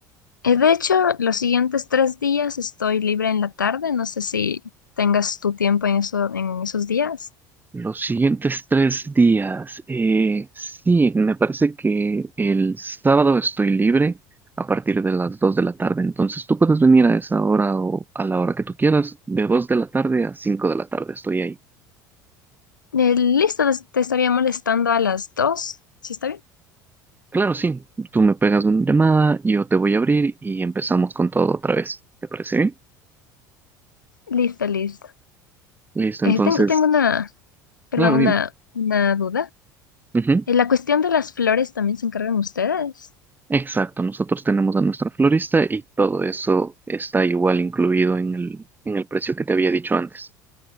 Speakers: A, on the left; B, on the right.
A: Eh, de hecho, los siguientes tres días estoy libre en la tarde. No sé si tengas tu tiempo en eso, en esos días.
B: Los siguientes tres días. eh, sí, me parece que el sábado estoy libre a partir de las 2 de la tarde. Entonces tú puedes venir a esa hora o a la hora que tú quieras. De dos de la tarde a 5 de la tarde estoy ahí.
A: Eh, listo, les- te estaría molestando a las dos. ¿Sí está bien?
B: Claro, sí. Tú me pegas una llamada, yo te voy a abrir y empezamos con todo otra vez. ¿Te parece bien?
A: Listo, listo.
B: Listo,
A: Eh,
B: entonces,
A: tengo, tengo una, perdón,
B: claro, dime.
A: una, una duda.
B: Ujú.
A: Eh, la cuestión de las flores también se encargan ustedes?
B: Exacto, nosotros tenemos a nuestra florista y todo eso está igual incluido en el, en el precio que te había dicho antes.